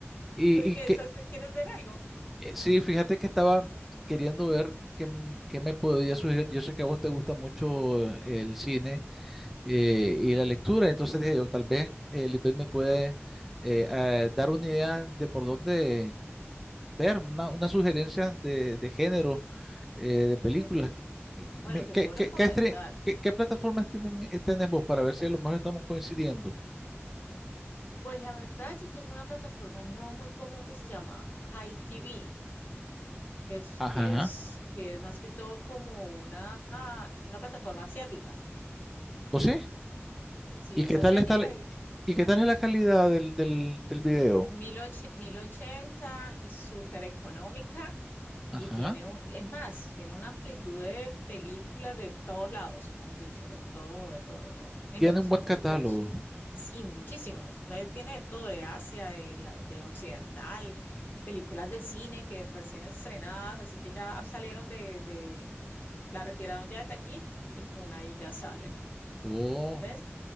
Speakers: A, in the centre; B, on the left.
A: ¿Y,
B: Porque
A: y qué,
B: estás, ¿quieres ver algo?
A: Eh, sí, fíjate que estaba queriendo ver qué, m- qué me podía sugerir. Yo sé que a vos te gusta mucho el cine eh, y la lectura, entonces dije, o tal vez eh, Lisbeth me puede eh, ah, dar una idea de por dónde ver, una, una sugerencia de, de género, eh, de películas.
B: Bueno,
A: Y- y
B: bueno,
A: me-
B: te
A: ¿Qué,
B: puedo
A: qué,
B: recomendar.
A: qué, estre- qué- qué plataforma streaming eh, tenés vos para ver si a lo mejor estamos coincidiendo?
B: Pues la verdad, yo tengo una plataforma no muy común que se llama Hi TV. que es,
A: Ajá.
B: que es, que es más que todo como una, ah, una plataforma asiática.
A: ¿O sí?
B: Sí,
A: ¿Y
B: es
A: qué
B: asiática
A: tal está, la-
B: y
A: y qué tal es la calidad del, del, del video?
B: mil och 1080 y súper económica.
A: Ajá.
B: Y tiene un, es más, tiene una amplitud de películas de todos lados, mejor dicho, de todo, de todo, de todo. A mí
A: Tiene
B: me gusta
A: un buen
B: mucho
A: catálogo.
B: por eso. Sí, muchísimas. Eh, Tiene de todo de Asia, de, la- de occidental, películas de cine que recién estrenadas, así que ya salieron de, La retiraron ya de taquilla y pum, ahí ya salen.
A: Oh,
B: ¿Ves?